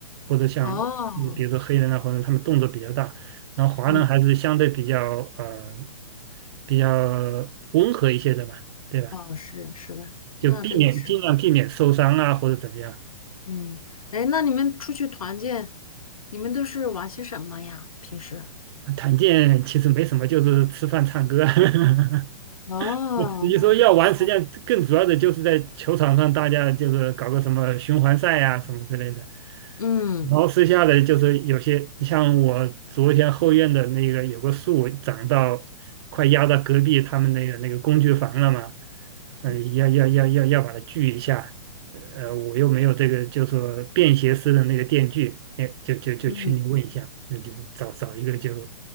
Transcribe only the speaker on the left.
哦。
嗯。
哦，是是的，
那这个是，嗯，哎，那你们出去团建，你们都是玩些什么呀？平时？
哦，
那还不错，
嗯
嗯
嗯，